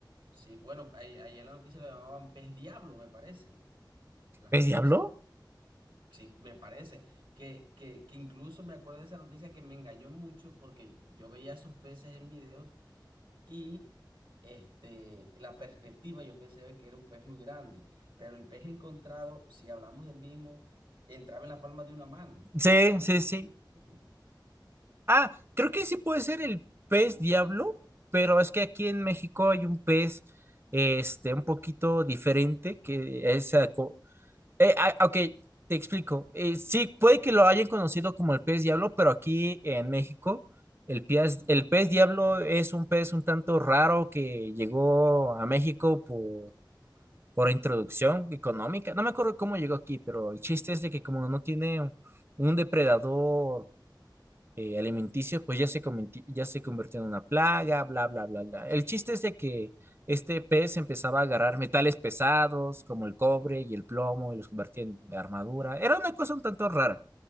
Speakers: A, on the right; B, on the right.
A: Sí, bueno, ahí, ahí en la noticia lo llamaban pez diablo, me parece. en Las
B: ¿Pez
A: noticias.
B: diablo?
A: Sí, me parece. Que, que, que incluso me acuerdo de esa noticia que me engañó mucho porque yo veía esos peces en videos Y este, la perspectiva, yo pensé que era un pez muy grande, pero el pez encontrado, si hablamos del mismo, entraba en la palma de una mano.
B: Sí,
A: Era un...
B: sí,
A: pez
B: sí.
A: muy pequeño.
B: Ah, creo que sí puede ser el pez diablo, pero es que aquí en México hay un pez, este, un poquito diferente que es, Eh, ah, ok, te explico. Eh, sí, puede que lo hayan conocido como el pez diablo, pero aquí en México el pez, el pez diablo es un pez un tanto raro que llegó a México por, por introducción económica. No me acuerdo cómo llegó aquí, pero el chiste es de que como no tiene un depredador eh, alimenticios, pues ya se, comenti- ya se convirtió en una plaga, bla, bla, bla, bla.
A: Sí,
B: El chiste es de que este pez empezaba a agarrar metales pesados como el cobre y el plomo y los convertía en armadura. Era una cosa un tanto rara,